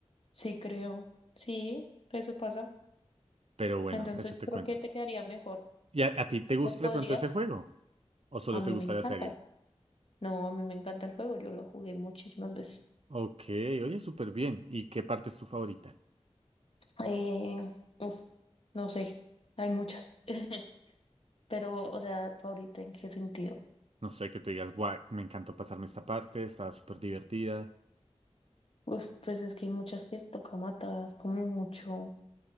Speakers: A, on the left (about 60°); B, on the right (about 65°).
A: Sí, creo. Sí, eso pasa.
B: Pero bueno,
A: Entonces
B: eso te
A: yo creo
B: cuento.
A: que te quedaría mejor.
B: ¿Y a, a ti te gusta
A: Pues podrías.
B: de pronto ese juego? ¿O solo
A: A mí
B: te gusta
A: me encanta.
B: la serie?
A: No, a mí me encanta el juego, yo lo jugué muchísimas veces.
B: Ok, oye, súper bien. ¿Y qué parte es tu favorita?
A: Eh, uf, no sé, hay muchas. <laughs> Pero, o sea, ahorita ¿en qué sentido?
B: No sé, que tú digas, guau, me encantó pasarme esta parte, estaba súper divertida.
A: Uf, pues es que hay muchas que toca matar, como mucho